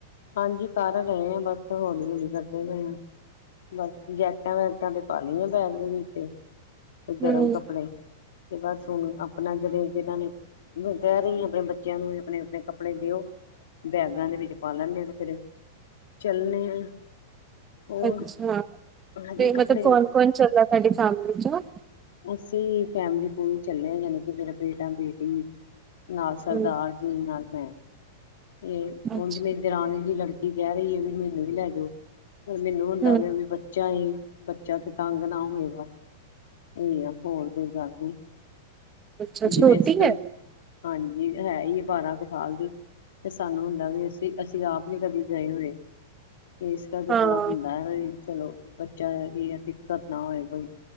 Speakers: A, on the left; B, on the right.
A: ਹਾਂਜੀ ਕਰ ਰਹੇ ਆ ਬਸ ਹੌਲੀ ਹੌਲੀ ਕਰਦੇ ਪਏ ਆ। ਬਸ ਜੈਕਟਾਂ ਵੈਕਟਾਂ ਤੇ ਪਾ ਲਈਆਂ ਬੈਗ ਦੇ ਵਿੱਚ ਗਰਮ
B: ਹਮ
A: ਕੱਪੜੇ ਤੇ ਬਸ ਹੁਣ ਆਪਣਾ ਜਿਹੜੇ ਜਿਹਨਾਂ ਨੇ ਮੈਂ ਕਹਿ ਰਹੀ ਆਪਣੇ ਬੱਚਿਆਂ ਨੂੰ ਆਪਣੇ ਆਪਣੇ ਕੱਪੜੇ ਦਿਓ ਬੈਗਾਂ ਦੇ ਵਿੱਚ ਪਾ ਲੈਂਦੇੇ ਹਾਂ ਤੇ ਫਿਰ ਚਲਣੇ ਆ। ਹੋਰ
B: ਅੱਛਾ
A: ਹਜੇ
B: ਤੇ
A: ਕੱਪੜੇ
B: ਮਤਲਬ ਕੌਣ ਕੌਣ ਚੱਲਾ ਤੂਹਾਡੀ ਫੈਮਲੀ ਚੋ।
A: ਅਸੀ ਫੈਮਲੀ ਪੂਰੀ ਚੱਲੇ ਆ ਜਾਣੀ ਕਿ ਮੇਰਾ ਬੇਟਾ ਬੇਟੀ। ਨਾਲ ਸਰਦਾਰ
B: ਹਮ
A: ਜੀ ਨਾਲ ਮੈਂ। ਤੇ
B: ਅੱਛਾ
A: ਉੰਝ ਮੇਰੀ ਦਰਾਣੀ ਦੀ ਲੜਕੀ ਕਹਿ ਰਹੀ ਹੈ ਵੀ ਮੈਨੂੰ ਵੀ ਲੈ ਜਾਓ। ਪਰ ਮੈਨੂੰ ਹੁੰਦਾ
B: ਹਮ
A: ਵ ਵੀ ਬੱਚਾ ਏ। ਬੱਚਾ ਤੇ ਤੰਗ ਨਾ ਹੋਏਗਾ। ਇਹ ਆ ਹੋਰ ਕੋਈ ਗੱਲ ਨੀ
B: ਅੱਛਾ
A: ਜਿਵੇਂ
B: ਛੋਟੀ
A: ਅਸੀਂ ਪਹਿਲੇ
B: ਹੈ
A: ਹਾਂਜੀ ਹੈ ਹੀ ਹੈ ਬਾਰਾਂ ਕੁ ਸਾਲ ਦੀ ਤੇ ਸਾਨੂੰ ਵੀ ਅਸੀਂ ਅਸੀਂ ਆਪ ਨੀ ਕਦੇ ਗਏ ਹੋਏ। ਇਸ ਕਰਕੇ
B: ਹਾਂ
A: ਥੋੜ੍ਹਾ ਹੁੰਦਾ ਹੈ ਚਲੋ ਬੱਚਾ ਇਹ ਦਿੱਕਤ ਨਾ ਹੋਏ ਕੋਈ।